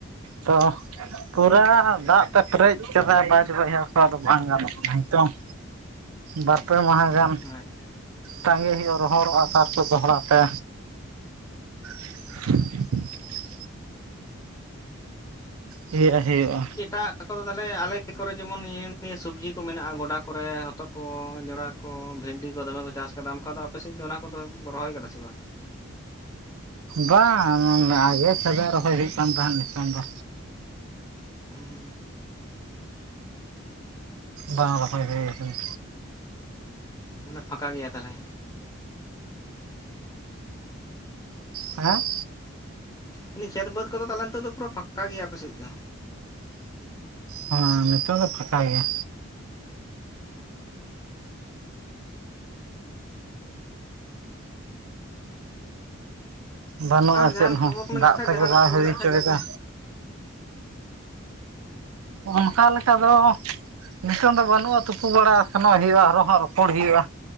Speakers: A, on the right; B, on the left.
A: ᱛᱚ ᱯᱩᱨᱟᱹ ᱫᱟᱜ ᱛᱮ ᱯᱮᱨᱮᱡ ᱠᱮᱫᱟᱭ ᱯᱟᱪ ᱵᱟᱲᱭᱟ. ᱦᱟᱥᱟ ᱫᱚ ᱵᱟᱝ ᱜᱟᱱᱚᱜ ᱠᱟᱱᱪᱚᱝ ᱵᱟᱨᱯᱮ ᱢᱟᱦᱟ ᱜᱟᱱ
B: <unintelligible>
A: ᱛᱟᱸᱜᱮ ᱦᱳᱭᱳᱜᱼᱟ ᱨᱚᱦᱚᱨᱚᱜᱼᱟ ᱛᱟᱨᱯᱚᱨᱮ ᱫᱚᱦᱲᱟ ᱛᱮ <inaudible> ᱦᱳᱭᱳᱜᱼᱟ ᱦᱳᱭᱳᱜᱼᱟ
B: ᱟᱠᱚ ᱫᱚ ᱛᱟᱦᱚᱞᱮ ᱟᱞᱮ ᱠᱚᱨᱮ ᱡᱮᱢᱚᱱ ᱤᱭᱟ ᱱᱤᱭᱟᱹ ᱥᱚᱵᱡᱤ ᱠᱚ ᱢᱮᱱᱟᱜᱼᱟ ᱜᱚᱰᱟ ᱠᱚᱨᱮ ᱦᱚᱛᱚᱛ ᱠᱚ ᱡᱚᱲᱟ ᱠᱚ ᱵᱷᱤᱱᱰᱤ ᱠᱚ ᱫᱚᱢᱮ ᱠᱚ ᱪᱟᱥ ᱟᱠᱟᱫᱟ ᱚᱱᱠᱟ ᱫᱚ ᱟᱯᱮ ᱥᱮᱫ ᱫᱚ ᱚᱱᱟ ᱠᱚᱫᱚ ᱨᱚᱦᱚᱭ ᱟᱠᱟᱫᱟ ᱥᱮ ᱵᱟᱝ
A: ᱵᱟᱝ ᱜᱮ <unintelligible> ᱨᱚᱦᱚᱭ ᱦᱩᱭᱩᱜ ᱠᱟᱱ ᱛᱟᱦᱮᱸᱫ ᱱᱤᱛᱚᱝ ᱫᱚ
B: ᱦᱩᱸ
A: ᱵᱟᱝ ᱨᱚᱦᱚᱭ ᱦᱩᱭ ᱟᱠᱟᱱᱟ᱾
B: ᱢᱟᱱᱮ ᱯᱷᱟᱸᱠᱟ ᱜᱮᱭᱟ ᱛᱟᱞᱦᱮ
A: ᱦᱟᱸ
B: <unintelligible> ᱠᱷᱮᱛ ᱵᱟᱹᱫᱽ ᱠᱚᱫᱚ ᱛᱟᱦᱮ ᱱᱤᱛᱳᱜ ᱫᱚ ᱯᱩᱨᱟᱹ ᱯᱷᱟᱸᱠᱟ ᱜᱮᱭᱟ ᱟᱯᱮ ᱥᱮᱫ ᱫᱚ
A: ᱦᱮᱸ ᱱᱤᱛᱚᱜ ᱫᱚ ᱯᱷᱟᱠᱟ ᱜᱮᱭᱟ ᱵᱟᱹᱱᱩᱜ-ᱟ
B: ᱟᱨ ᱡᱟᱦᱟᱱ
A: ᱪᱮᱫ
B: ᱠᱷᱚᱵᱚᱨ
A: ᱦᱚᱸ
B: ᱠᱚ ᱢᱮᱱᱟᱜ
A: ᱫᱟᱜ
B: ᱠᱷᱟᱡ
A: ᱛᱮᱜᱮ
B: ᱡᱟᱦᱟᱱᱟᱜ
A: ᱵᱟᱭ
B: ᱠᱚ ᱢᱮᱱᱟᱜ
A: ᱦᱩᱭ ᱦᱚᱪᱚᱭ
B: ᱠᱷᱟᱡ ᱞᱟᱹᱭ ᱵᱮᱱ
A: ᱫᱟ ᱚᱱᱠᱟ ᱞᱮᱠᱟ ᱫᱚ ᱱᱤᱛᱚᱝ ᱫᱚ ᱵᱟᱹᱱᱩᱜ-ᱟ ᱛᱩᱯᱩ ᱵᱟᱲᱟ ᱥᱮᱱᱚᱜ ᱦᱩᱭᱩᱜ-ᱟ ᱟᱨᱚ ᱦᱟᱸ ᱨᱚᱯᱚᱲ ᱦᱩᱭᱩᱜ-ᱟ